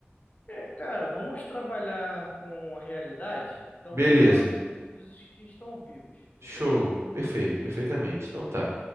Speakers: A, on the left (about 35°); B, on the right (about 75°).
A: É, cara, vamos trabalhar com a realidade? Então
B: Beleza,
A: vamos falar do- dos que estão vivos, beleza?
B: show, perfeito, perfeitamente. Então tá.